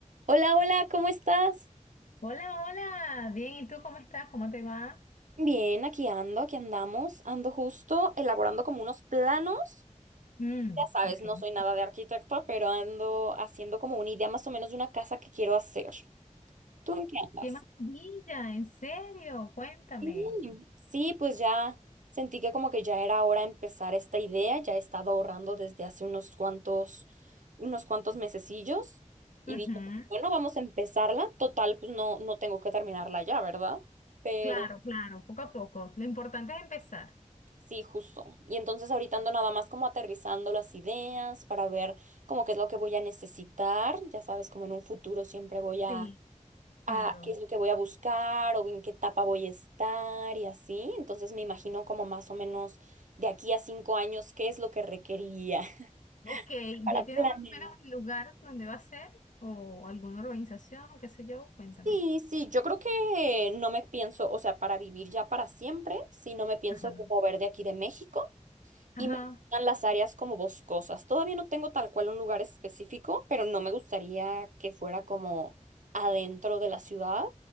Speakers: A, on the right; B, on the left.
A: Hola, hola, ¿cómo estás?
B: Hola, hola, bien, ¿y tú cómo estás? ¿Cómo te va?
A: Bien, aquí ando, aquí andamos, ando justo elaborando como unos planos.
B: Mm,
A: Ya sabes,
B: ok.
A: no soy nada de arquitecto, pero ando haciendo como una idea más o menos de una casa que quiero hacer. ¿Tú en qué andas?
B: Qué maravilla, en serio, cuéntame.
A: Sí, sí, pues ya sentí que como que ya era hora de empezar esta idea, ya he estado ahorrando desde hace unos cuantos, unos cuantos mesecillos y
B: Ujú,
A: dije, bueno, vamos a empezarla. Total, pues no, no tengo que terminarla ya, ¿verdad? Pero...
B: Claro, claro, poco a poco. Lo importante es empezar.
A: Sí, justo. Y entonces ahorita ando nada más como aterrizando las ideas para ver como qué es lo que voy a necesitar. Ya sabes, como en un futuro siempre voy a,
B: Sí,
A: a
B: claro.
A: qué es lo que voy a buscar o en qué etapa voy a estar y así. Entonces me imagino como más o menos de aquí a cinco años qué es lo que requeriría
B: Ok,
A: <laughs> para
B: ¿ya tienes
A: planear.
B: más o menos el lugar donde va a ser? ¿O alguna organización, qué sé yo? Cuéntame.
A: Sí, sí, yo creo que no me pienso, o sea, para vivir ya para siempre, sí, no me pienso
B: Ajá.
A: mover de aquí de México.
B: Ajá,
A: y me gustan las áreas como boscosas. Todavía no tengo tal cual un lugar específico, pero no me gustaría que fuera como adentro de la ciudad,